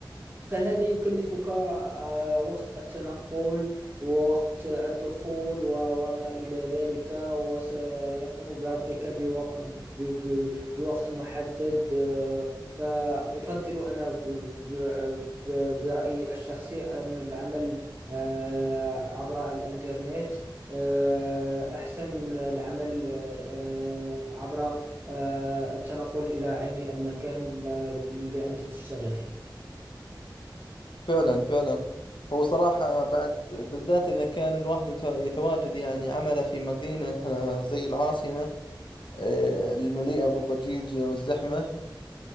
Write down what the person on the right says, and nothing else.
فهذا يكلفك آه، وقت التنقل ووقت الدخول و- وما إلى ذلك وسيقوم بربطك بوق- ب- ب- بوقت محدد آه، فأفضل أنا ب- ب- ب- برأيي الشخصي أن العمل آه، عبر الإنترنت آه، أحسن من العمل آه، عبر آه، التنقل إلى عين المكان ل- لأنت تشتغل فيه